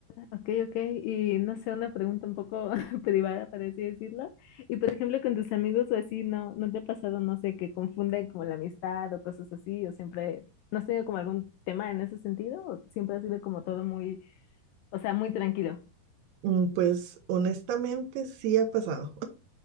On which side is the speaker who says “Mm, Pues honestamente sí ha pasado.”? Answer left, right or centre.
Right